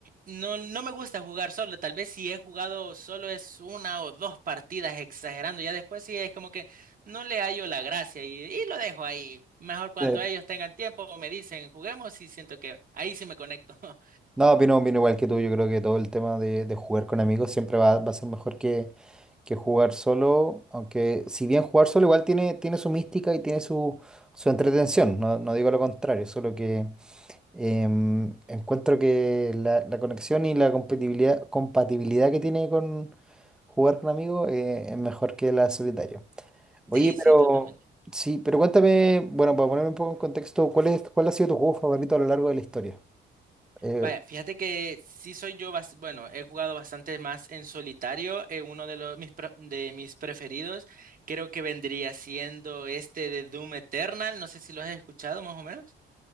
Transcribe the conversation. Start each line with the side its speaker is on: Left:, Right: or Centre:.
Right: no, no me gusta jugar solo. Tal vez si he jugado solo es una o dos partidas exagerando. Ya después sí es como que no le hallo la gracia y, y lo dejo ahí. Mejor cuando
Centre: Sí.
Right: ellos tengan tiempo me dicen, juguemos y siento que ahí sí me conecto. <laughs>
Centre: No, opino, opino igual que tú. Yo creo que todo el tema de, de jugar con amigos siempre va, va a ser mejor que, que jugar solo. Aunque, si bien jugar solo igual tiene, tiene su mística y tiene su, su entretención. No, no digo lo contrario, solo que em, encuentro que la, la conexión y la compatibilidad, compatibilidad que tiene con jugar con amigos eh, es mejor que la solitario. Oye,
Right: Sí,
Centre: pero
Right: sí, totalmente.
Centre: sí, pero cuéntame, bueno, para ponerme un poco en contexto, ¿cuál es, cuál ha sido tu juego favorito a lo largo de la historia? Eh,
Right: Vaya, fíjate que sí soy yo, bas- bueno, he jugado bastante más en solitario. eh, uno de los mis pro- de mis preferidos, creo que vendría siendo este de Doom Eternal. No sé si lo has escuchado, más o menos.